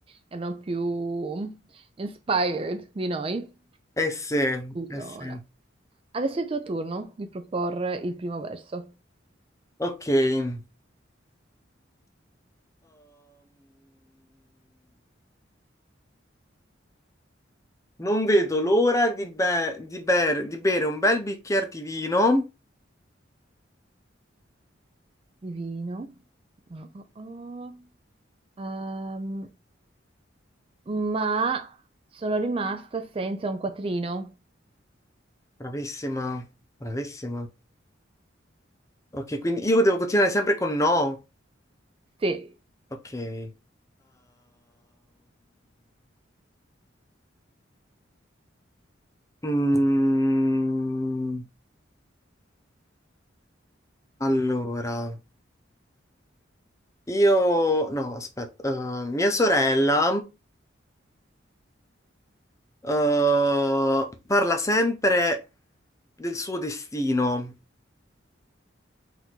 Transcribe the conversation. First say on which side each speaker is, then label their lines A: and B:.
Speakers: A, on the right; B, on the left.
A: erano più inspired di noi.
B: Eh sì, eh
A: Allora,
B: sì.
A: adesso è il tuo turno di proporre il primo verso.
B: Ok. Ehm, non vedo l'ora di, be- di ber- di bere un bel bicchiere di vino.
A: Divino. Oh, oh, oh. Ehm, ma sono rimasta senza un quattrino.
B: Bravissima, bravissima. Ok, quindi io devo continuare sempre con no.
A: Sì.
B: Ok. Ehm, mm, allora, io... No, aspetta. Eh, mia sorella eh, parla sempre del suo destino.